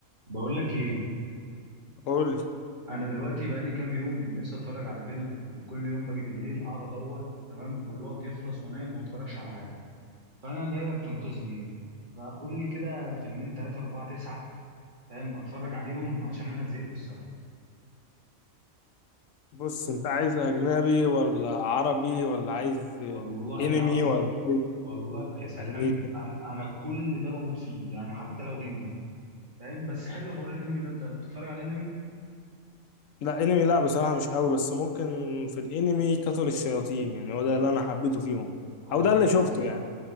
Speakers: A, on the right (about 35°); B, on the left (about 75°).
A: بقول لك ايه
B: قول لي،
A: انا دلوقتي بقى لي كام يوم نفسي اتفرج على فيلم وكل يوم باجي بالليل اقعد ادور تمام والوقت يخلص وانام وما اتفرجش على حاجه فانا جاي لك تنقذني يعني فقول لي كده فيلمين ثلاثه اربعه تسعه فاهم اتفرج عليهم عشان انا زهقت الصراحه
B: بص انت عايز اجنبي ولا عربي ولا عايز
A: والله
B: انمي
A: العظيم
B: ولا عايز
A: والله يا سلام
B: انيميشن
A: انا انا كل ده بموت فيه يعني حتى لو هندي فاهم بس حلو حوار الانمي ده انت بتتفرج على الانمي
B: لا انمي لا بصراحة مش قوي بس ممكن في الانمي قتل الشياطين يعني هو ده اللي انا حبيته فيهم
A: هو
B: او ده
A: جامد
B: اللي شفته
A: الصراحه
B: يعني